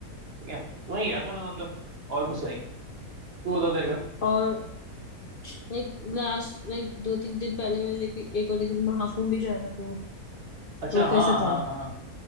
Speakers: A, on the right; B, on the left.
A: ठीक है तो वही गया था मैं मतलब और कुछ नहीं तू बता तेरे का
B: और लाइक लास्ट लाइक दो तीन दिन पहले मैंने देखी एक और देखी थी महाकुंभ भी गया था तो
A: अच्छा
B: तो
A: हाँ
B: कैसा था
A: हाँ हाँ हाँ